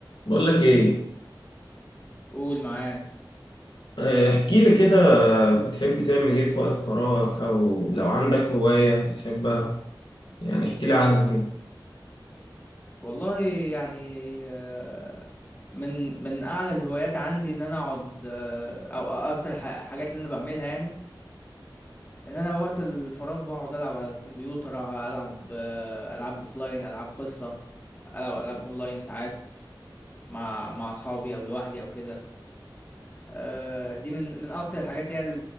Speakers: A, on the left; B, on the left.
A: بقول لك ايه
B: قول معاك
A: آه، احكي لي كده بتحب تعمل ايه في وقت فراغك او لو عندك هواية بتحبها يعني احكي لي عنها كده
B: والله يعني آه، من من اعلى الهوايات عندي ان انا اقعد آه، او اكتر ح- حاجات اللي انا بعملها يعني ان انا وقت الفراغ بقعد العب على الكمبيوتر العب آه، العاب اوفلاين العاب قصة العب العاب اونلاين ساعات مع مع اصحابي او لوحدي او كده آه، دي من من اكتر الحاجات يعني اللي